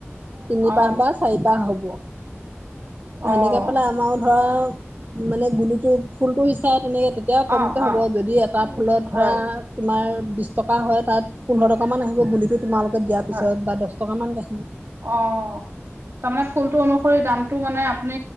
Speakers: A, on the right; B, on the right.
A: তিনি
B: অ',
A: পাহ বা চাৰিপাহ হব <inaudible> সেনেকে
B: অ',
A: পেলাই আমাৰো ধৰা। মানে গুলিটো ফুলটো সিচাইত তেনে তেতিয়া কমকৈ
B: অ',
A: হ'ব
B: অ',
A: যদি এটা ফুলত
B: হয়,
A: ধৰা তোমাৰ বিছ টকা হয় তাত পোন্ধৰ টক সমান আহিব গুলিটোত তোমালোকে দিয়া পিছত
B: হয়,
A: টকা মান দে
B: অ তাৰমানে ফুলটো অনুসৰি দাম। টো মানে আপুনি